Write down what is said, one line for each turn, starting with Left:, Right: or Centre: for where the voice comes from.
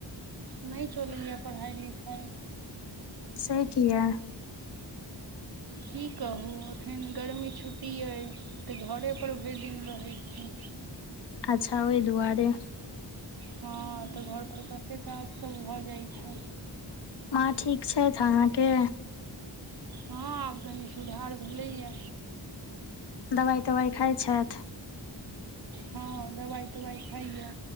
Right: नहि चलैए पढ़ाइ लिखाइ
Left: से किये
Right: की कहू एखन गर्मी छुट्टी अइ तऽ घरेपर भरिदिन रहै छी
Left: अच्छा ओहि दुआरे
Right: हँ तऽ घरपर कतेक काज सभ भऽ जाइत छै
Left: माँ ठीक छथि अहाँके
Right: हँ आब कनि सुधार भेलैए
Left: दबाइ तवाइ खाइ छथि
Right: हँ दवाइ तवाइ खाइए